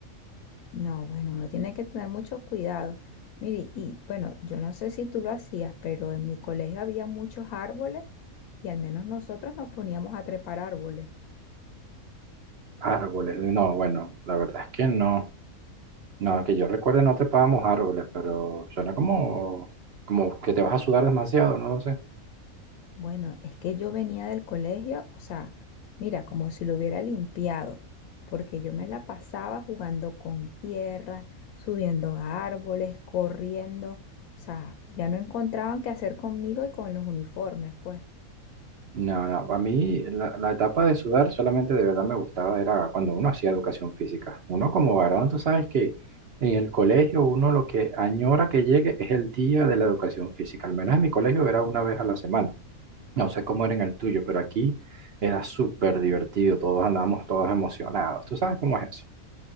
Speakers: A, on the left (about 80°); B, on the right (about 55°).
A: no, bueno, uno tiene que tener mucho cuidado. Mire, y bueno, yo no sé si tú lo hacías, pero en mi colegio había muchos árboles y al menos nosotros nos poníamos a trepar árboles.
B: Árboles, no, bueno, la verdad es que no, no, que yo recuerde no trepábamos árboles, pero suena como, como que te vas a sudar demasiado, no lo sé.
A: Bueno, es que yo venía del colegio, o sea, mira, como si lo hubiera limpiado, porque yo me la pasaba jugando con tierra, subiendo a árboles, corriendo, o sea, ya no encontraban qué hacer conmigo y con los uniformes, pues.
B: No, no, a mí la, la etapa de sudar solamente de verdad me gustaba, era cuando uno hacía educación física. Uno como varón, tú sabes que en el colegio uno lo que añora que llegue es el día de la educación física. Al menos en mi colegio era una vez a la semana. No sé cómo era en el tuyo, pero aquí era súper divertido, todos andábamos todos emocionados. ¿Tú sabes cómo es eso?